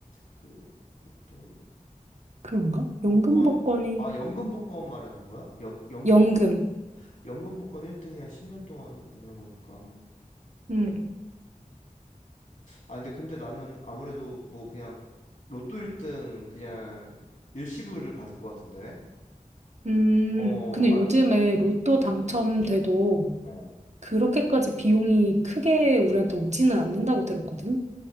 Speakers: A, on the left; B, on the right.
A: 그 로또 일-
B: 그런가? 연금
A: 복권
B: 복권이,
A: 아 연금 복권 말하는 거야? 연 연금
B: 연금.
A: 복 연금 복권 1등이 한 10년 동안 받는 거니까.
B: 음,
A: 아 근데 근데 나는 아무래도 뭐 그냥 로또 1등 그냥 일시불을 받을 것 같은데.
B: 음.
A: 어,
B: 근데
A: 아,
B: 요즘에
A: 어,
B: 로또
A: 뭐,
B: 당첨돼도
A: 어.
B: 그렇게까지 비용이 크게 우리한테 오지는 않는다고 들었거든?